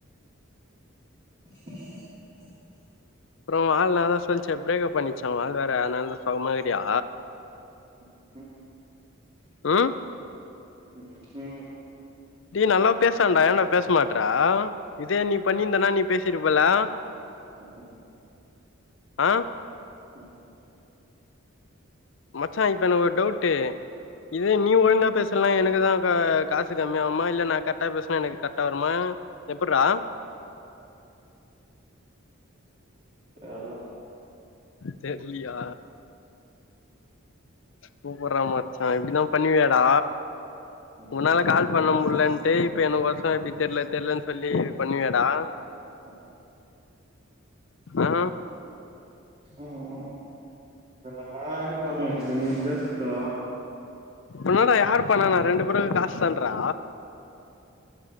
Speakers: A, on the right; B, on the left.
A: <inaudible>
B: அப்றோ உ ஆள் என்னைத் சொல்ச்சு பிரேக்கப் பண்ணிச்சா உ ஆள் வேற அனால்தா சோகமாரிகியா
A: ம்ஹும்
B: ம்
A: ம்ஹும்
B: டே நல்லா பேசேன்டா ஏண்டா பேச மாட்ற இதே நீ பண்ணிருந்தனா நீ பேசிருபலா
A: உ உ
B: அ
A: உஹூ
B: மச்சா இப்ப எனக்கொரு டவுட்டு இதே நீ ஒழுங்கா பேசலனா எனக்குதா கா காசு கம்மி யாகுமா இல்ல நா கரக்டா பேசுனா எனக்கு கரக்டா வருமா எப்புட்றா
A: தெர்ல
B: தெர்லியா சூப்பரா மச்சா இப்டிதா பண்ணுவியாடா
A: ம்ஹும்
B: உன்னால கால் பண்ண முடியலன் டு இப்ப எனக் வரசொல இப்டி தெர்ல தெர்லன்னு சொல்லி இப்பண்ணுவியாடா
A: ம்
B: ஆ
A: ம் ம் முன்னாடி பண்ணுவியே இப்ப நீ பேசட்டு
B: உன்னோட யார் பண்ணனா ரெண்டு பேரே காஸ் தான்றா